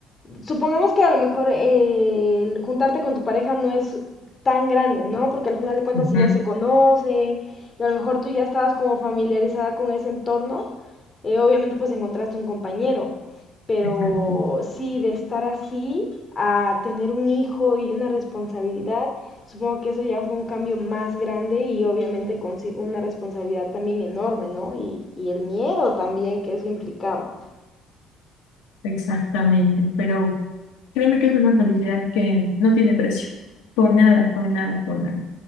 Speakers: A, on the left; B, on the left.
A: Supongamos que a lo mejor eh, el juntarte con tu pareja no es tan grande, ¿no? Porque al final de cuentas
B: Ujú,
A: si ya se conocen y a lo mejor tú ya estabas como familiarizada con ese entorno, eh, obviamente pues encontraste un compañero, pero
B: Exacto,
A: sí de estar así a tener un hijo y una responsabilidad, supongo que eso ya fue un cambio más grande y obviamente consigo una responsabilidad también enorme, ¿no? Y, y el miedo también que eso implicaba.
B: exactamente. Pero créeme que es una felicidad que no tiene precio. Con nada, con nada, con nada.